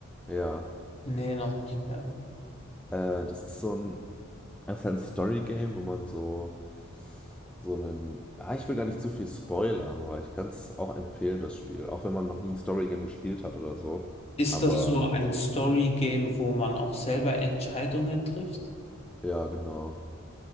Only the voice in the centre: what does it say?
Ja.
Äh, das ist so ein, das ist halt ein Story-Game, wo man so so einen. Ah, ich will gar nicht zu viel spoilern, weil ich kann es auch empfehlen, das Spiel. Auch wenn man noch nie ein Story-Game gespielt hat oder so.
Aber
ja, genau.